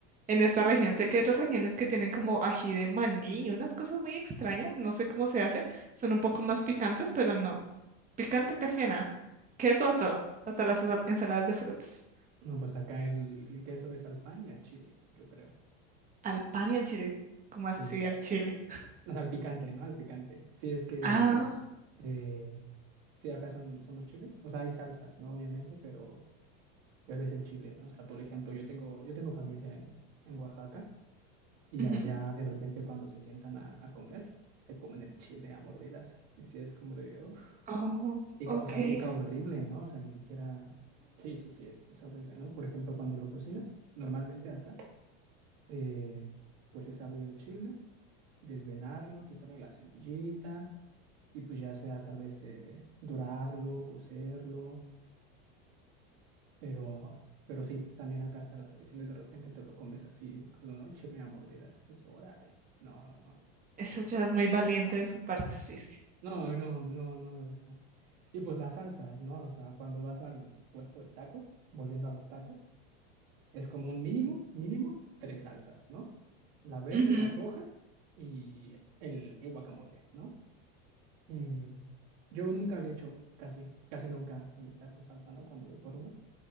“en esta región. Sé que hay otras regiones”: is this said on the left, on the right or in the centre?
Right